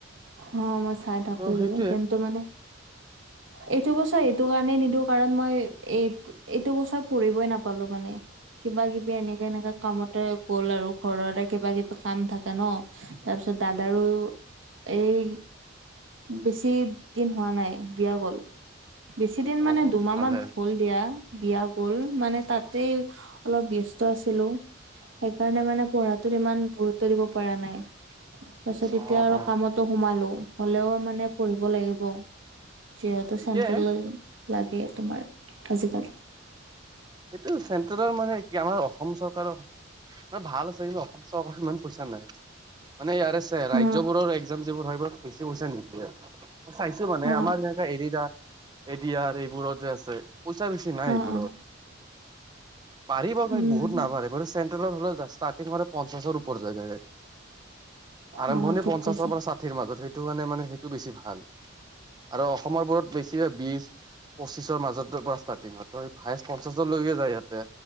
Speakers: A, on the right; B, on the right.
A: অ মই চাই থাকো
B: ত' সেইটোৱে।
A: কিন্তু মানে, এইটো বছৰ এইটো কাৰণেই নিদো কাৰণ মই এই এইটো বছৰ পঢ়িবই নাপাও, পালো মানে কিবা কিবি এনেকা এনেকা কামতে গ'ল আৰু ঘৰতে কিবা কিবি, কাম থাকে ন তাৰ পিছত দাদাৰো, এই বেছি দিন হোৱা নাই। বিয়া গ'ল বেছি দিন মানে
B: অ
A: দুমাহ
B: ভালে
A: মান হ'ল দিয়া। বিয়া গ'ল
B: অ
A: মানে
B: আচ্ছা
A: তাতেই অলপ ব্যস্ত আছিলো। সেইকাৰণে মানে পঢ়াটোত ইমান গুৰুত্ব দিব পৰা নাই। তাৰ পিছত এতিয়া
B: অ
A: আৰু
B: অ
A: কামতো সোমালো হলেও মানে পঢ়িব লাগিব। যিহেতু
B: ঠিকে
A: চেন্ট্ৰেল লাগে তোমাৰ আজি-কালি।
B: এইটো চেণ্ট্ৰেলৰ মানে কি, আমাৰ অসম চৰকাৰৰ মানে ভাল আছে কিন্তু অসম চৰকাৰ ইমান পইচা নাই মানে ইয়াৰে আছে ৰাজ্যবোৰৰ।
A: অ
B: এক্সাম যি বোৰ হয় গ'ল বেছি সোবিধা নিদিলে চাইছো মানে
A: অ অ
B: আমাৰ যেনকা এদিদা। এ দি আৰ এইবোৰত যে আছে। পইচা বেছি নাই
A: অ
B: এইবোৰত।
A: অ
B: বাঢ়িব <unintelligible>
A: উম
B: বহুত নাবহে বছ চেট্ৰেলৰ হ'লে জা ষ্টাৰ্টিংতে পঞ্চাছৰ ওপৰ যায় দাইৰেক। আৰম্ভণি
A: অ ঠিক
B: পঞ্চাছৰ
A: কৈছা
B: পৰা চাঠিৰ মাজত। সেইটোকাৰণে মানে সেইটো বেছি ভাল। আৰু অসমৰবোৰত বেছি বিছ পঁচিছৰ মাজত ষ্টাৰ্টিংত তই ভাইছ পঞ্চাছলৈকে যায় ইয়াতে